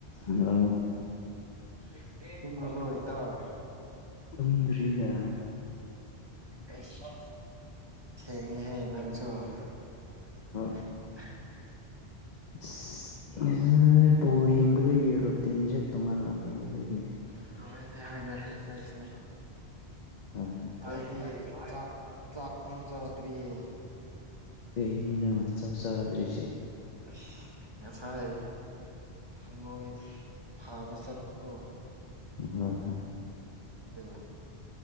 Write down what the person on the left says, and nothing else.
ꯍꯝꯂꯣ
ꯇꯨꯝꯗ꯭ꯔꯤꯗ
ꯍꯣꯏ ꯑꯁ <unintelligible> ꯕꯣꯜ ꯌꯦꯡꯕꯗꯒꯤ ꯔꯨꯇꯤꯟꯁꯦ ꯇꯣꯡꯍꯜꯂꯛꯈ꯭ꯔꯕꯗꯒꯤ
ꯍꯣꯏ
ꯀꯩꯒꯤꯅꯣ ꯆꯥꯛ ꯆꯥꯗ꯭ꯔꯤꯁꯦ
ꯍꯣꯏ ꯍꯣꯏ